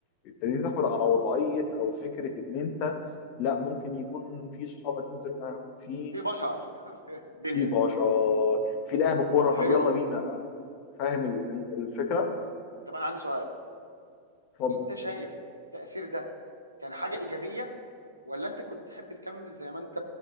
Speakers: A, on the left; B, on the right.
A: ابتديت تاخد
B: مم.
A: على وضعية او فكرة ان انت لا ممكن يكون في صحابك ننزل معاهم في
B: في بشر <laughs> في الدنيا
A: في بشر في لعب كورة
B: اه حلو
A: طب يلا
B: قوي
A: بينا فاهم ال- ال- الفكرة
B: طب انا عندي سؤال
A: اتفضل
B: انت شايف التاثير ده كان حاجه ايجابيه ولا انت كنت تحب تكمل زي ما انت